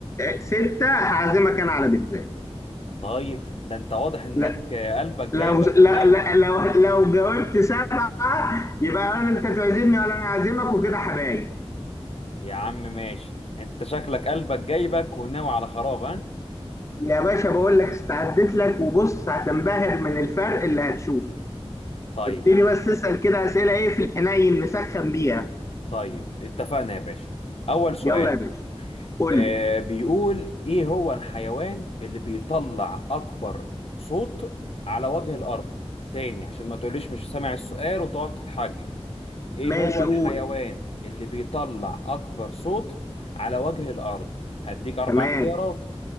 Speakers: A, on the left (about 30°); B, on the left (about 70°).
A: ستة هعزمك انا على بيتزا
B: طيب ده انت واضح انك
A: لا
B: آه، قلبك جايبك
A: لو لا
B: وناوي
A: لا لو لو جاوبت سبعة يبقى انا انت تعزمني ولا انا اعزمك وكده حبايب
B: يا عم ماشي انت شكلك قلبك جايبك وناوي على خراب ها
A: يا باشا بقول لك استعدت لك وبص هتنبهر من الفرق اللي هتشوفه
B: طيب
A: ابتدي
B: يا عم
A: بس تسأل كده أسئلة ايه في الحنين نسخن بيها
B: طيب اتفقنا يا باشا اول سؤال
A: يلا يا باشا قول
B: آه،
A: لي
B: بيقول ايه هو الحيوان اللي بيطلع اكبر صوت على وجه الارض تاني عشان ما تقوليش مش سامع السؤال وتقعد تتحجج ايه
A: ماشي
B: هو الحيوان
A: قول
B: اللي بيطلع اكبر صوت على وجه الارض هديك اربع
A: تمام
B: اختيارات